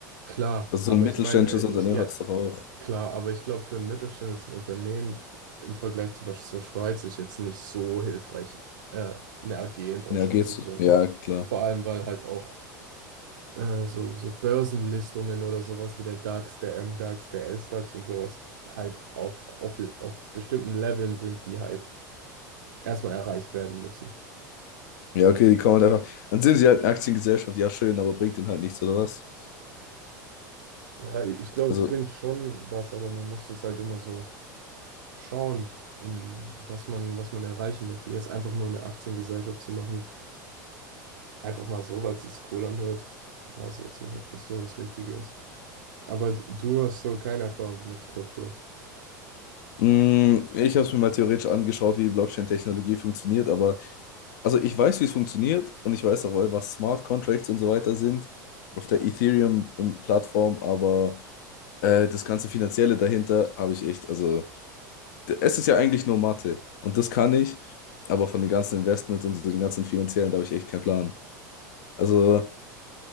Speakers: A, on the right; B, on the left.
A: klar,
B: Also
A: aber
B: so ein mittelständisches
A: ich meine, äh,
B: Unternehmen
A: ich, ja.
B: hat es doch auch.
A: Klar, aber ich glaube, für ein mittelständisches Unternehmen im Vergleich zum Beispiel zur Schweiz ist jetzt nicht so hilfreich, äh, eine AG in Deutschland
B: Ja, geht's.
A: zu gründen.
B: Ja, klar.
A: Vor allem, weil halt auch äh, so, so Börsenlistungen oder sowas wie der DAX, der MDAX, der SDAX und sowas halt auf, auf, auf bestimmten Leveln sind, die halt erstmal erreicht werden müssen.
B: Ja, okay, die kommen halt einfach. Dann sind sie halt eine Aktiengesellschaft, ja, schön, aber bringt denen halt nichts, oder was?
A: Ja, ich glaube,
B: Also,
A: es bringt schon was, aber man muss es halt immer so schauen, in was man, was man erreichen möchte. Jetzt einfach nur eine Aktiengesellschaft zu machen. Einfach mal so, weil es sich cool anhört. Weiß ich jetzt nicht, ob das so das Richtige ist. Aber du hast so keine Erfahrung mit Krypto.
B: mh, ich habe es mir mal theoretisch angeschaut, wie die Blockchain-Technologie funktioniert, aber also ich weiß, wie es funktioniert und ich weiß auch, was Smart Contracts und so weiter sind auf der Ethereum-Plattform, aber äh, das ganze Finanzielle dahinter habe ich echt, also. es ist ja eigentlich nur Mathe und das kann ich, aber von den ganzen Investments und so den ganzen finanziellen, da habe ich echt keinen Plan. Also